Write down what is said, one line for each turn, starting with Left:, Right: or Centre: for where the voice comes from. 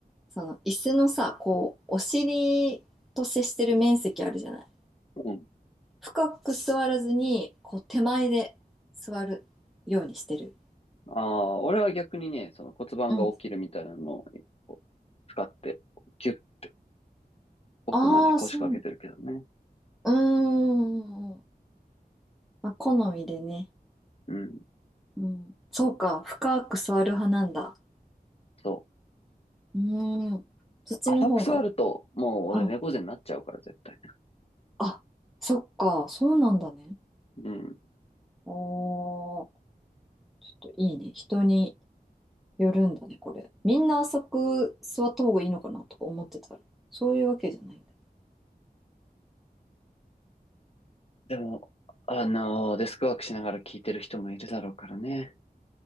Centre: その椅子のさ、こう、お尻と接してる面積あるじゃない。
Left: うん。
Centre: 深く座らずに、こう手前で座るようにしてる。
Left: ああ、俺は逆にね、その骨盤が起きるみたいなのをこう使って、
Centre: うん。
Left: ギュッて奥まで腰掛けてるけどね。
Centre: ああ、そう。うーん。まあ、好みでね。
Left: うん、
Centre: うん。そうか、深く座る派なんだ。
Left: そ
Centre: うーん。そっちの方が。
Left: う。浅く座ると、もう俺猫背になっちゃうから絶対
Centre: うん。あ、そっか、そうなんだね。
Left: ね。うん。
Centre: おー、ちょっといいね。人によるんだね、これ。みんな浅く座った方がいいのかなとか思ってたら、そういうわけじゃないんだ。
Left: でも、あのーデスクワークしながら聞いてる人もいるだろうからね。